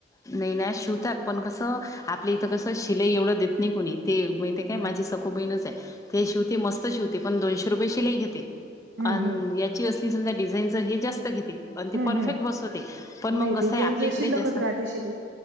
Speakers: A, on the left; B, on the right.
A: नाही ना शिवतात पण कसं आपल्या इथं कसं शिलाई एवढं देत नाही कोणी ते काय माझी
B: नाही
A: सखो बहीणच आहे ते शिवती मस्त शिवते पण दोनशे रुपये शिलाई घेते.
B: हम्म
A: अ
B: हम्म
A: याची असली समजा डिझाईनच हे जास्त घेते आणि ते
B: हम्म
A: परफेक्ट
B: हम्म
A: बसवते. पण मग
B: नाही
A: कसं
B: डिझाईनच
A: आहे आपल्या इकडेच
B: शिल्लकच
A: जास्त
B: राहते शिलाई.